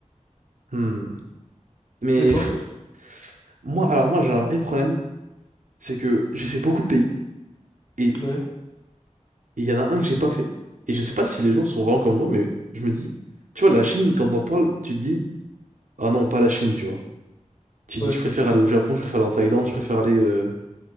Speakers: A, on the right; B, on the left.
A: hmm. Mais
B: Et toi?
A: pff, moi, alors moi, j'ai un vrai problème. C'est que j'ai fait beaucoup de pays. Et
B: Ouais,
A: il y en a un que j'ai pas fait. Et je sais pas si les gens sont vraiment comme moi, mais je me dis, tu vois, la Chine, quand on parle, tu te dis, ah non, pas la Chine, tu vois. Tu
B: ouais,
A: dis, je préfère aller au Japon, je préfère aller en Thaïlande, je préfère aller, euh,